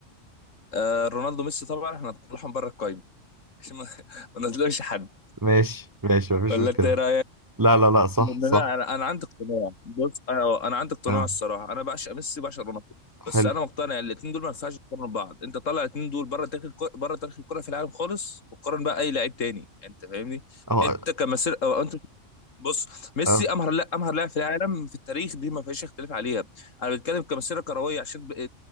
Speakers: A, on the left; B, on the right.
A: آه رونالدو ميسي طبعا إحنا هنطلعهم بره القايمة عشان ما <laughs> ما نظلمش حد
B: ماشي ماشي مفيش
A: ولا
B: مشكله
A: انت ايه رايك؟
B: لا لا لا صح
A: لا
B: صح
A: انا انا عندي اقتناع بص انا انا عندي اقتناع
B: اه
A: الصراحه انا بعشق ميسي وبعشق رونالدو بس
B: حلو
A: انا مقتنع الاثنين دول ما ينفعش يقارنوا ببعض انت طلع الاثنين دول بره تاريخ الكره بره تاريخ الكره في العالم خالص وقارن بقى اي لعيب تاني يعني انت فاهمني؟
B: اه
A: انت كمسير او انت بص ميسي
B: اه
A: امهر لا امهر لاعب في العالم في التاريخ دي ما فيش اختلاف عليها انا بتكلم كمسيره كرويه عشان ب-